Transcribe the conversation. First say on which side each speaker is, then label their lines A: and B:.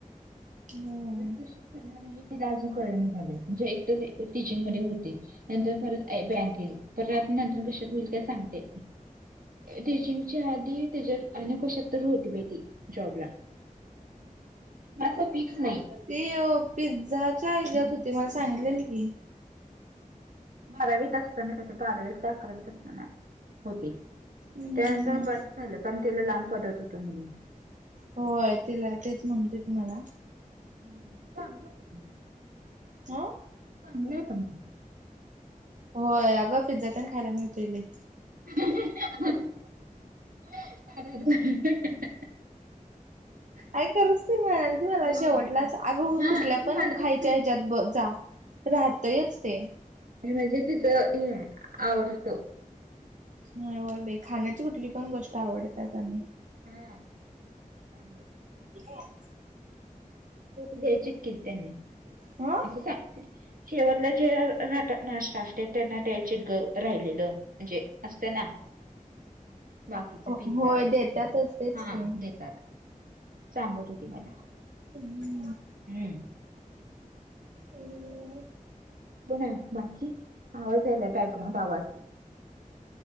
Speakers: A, on the right (about 60°); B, on the right (about 80°).
A: होय.
B: कणारजूक कळेना झालय, म्हणजे एक टीचिंग मध्ये. ती नंतर परत बँके परत नंतर कशात विल काय सांगते. टीचिंगच्या आधी त्याच्यात आणि कशात तर होती बाई ती. जॉबला माझं असं फिक्स नाही.
A: तीअ पिझ्झाच्या हेच्यात होती, मला सांगितलेली की.
B: बारावीत असत ना काय तर बारावीत का अकरावीत. हा हा, होती
A: हम्म
B: त्यानंतर बंद झालं कारण त्याला लांब पडत होत म्हणून.
A: होय तिला, तेच म्हणतेत मला.
B: हम् चांगलं होतं त
A: आ?
B: चांगलंय पण.
A: होय अगं पिझ्झा तेन खायला मिळतोय लई.
B: अ. <unintelligible>
A: आई खरच कि मग म्हणालती मला
B: होय
A: अ शेवटलाच <unintelligible> अस अगो
B: हा
A: कुठल्या
B: मला
A: पण खायच्या
B: सांगितलं
A: ह्याच्यात ब जा. राहतयच ते.
B: आणि म्हणजे तिचं हे आवडतं.
A: नाही होय बाई खाण्याची कुठली पण गोष्ट आवडतात त्यांना
B: हा. हमं.
A: अव. <unintelligible>
B: द्यायचीत कि त्यांना
A: हा
B: असं सांगते. शेवटला जे राहतात नाश्ता असते त्यांना द्यायचे ग राहिलेलं म्हणजे असतं ना बाकीच
A: होय
B: पिझ्झा
A: देतातच
B: <unintelligible> यांनी
A: तेच
B: हा
A: की.
B: देतात. सांगत होती मला.
A: हम्म. <unintelligible>
B: हम्म.
A: हम्म.
B: कोण आहे बाकी आवाज आला बॅकग्राउंड आवाज.